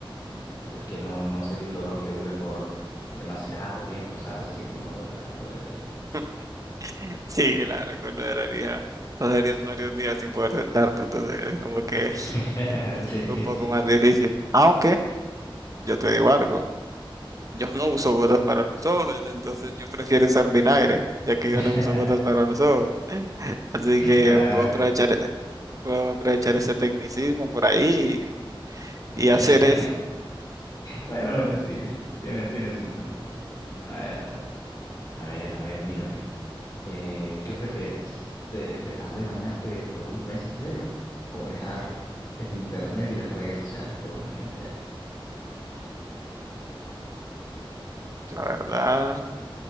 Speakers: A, on the left; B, on the right.
A: mm, porque no, no sería un dolor que dure por demasiado tiempo, ¿sabes? Así como lo de la, lo de la liga.
B: <laughs> Sí, claro, con lo de la lija pasarías varios días sin poder sentarte, entonces es como que es
A: <laughs> Sí,
B: un poco
A: sí.
B: más difícil. Aunque yo te digo algo. Yo no uso gotas para los ojos, entonces yo prefiero usar vinagre, ya que yo
A: <laughs>
B: no uso gotas para los ojos. <laughs> Así que
A: Ay,
B: puedo aprovechar,
A: güey.
B: puedo aprovechar ese tecnicismo por ahí y, y
A: Sí.
B: hacer
A: <laughs>
B: eso.
A: Bueno, bueno, sí, sí. Tiene, tienes un muy buen punto. A ver, a ver. A ver, a ver, mira, mira. Eh, ¿qué prefieres? ¿De dejar de bañarte por un mes entero o dejar el internet y las redes sociales por un mes entero?
B: La verdad,